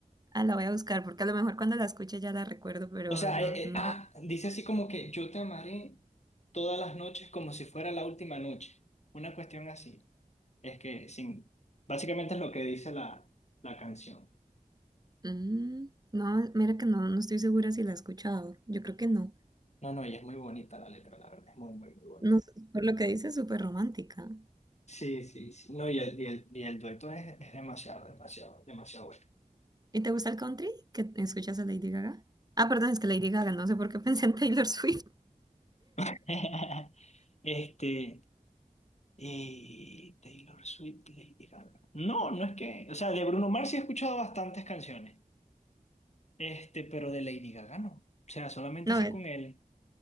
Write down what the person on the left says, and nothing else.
O sea,
eh,
eh, ah, dice así como que yo te amaré todas las noches como si fuera la última noche. Una cuestión así. Es que, sin, básicamente es lo que dice la, la canción.
No, no, y es muy bonita la letra, la verdad, es muy, muy, muy bonita.
Sí, sí, sí. No, y el, y el, y el dueto es, es demasiado, demasiado, demasiado bueno.
<laughs> Este, y Taylor Swift, Lady Gaga. No, no es que, o sea, de Bruno Mars sí he escuchado bastantes canciones, este, pero de Lady Gaga no. O sea, solamente
esa
con él,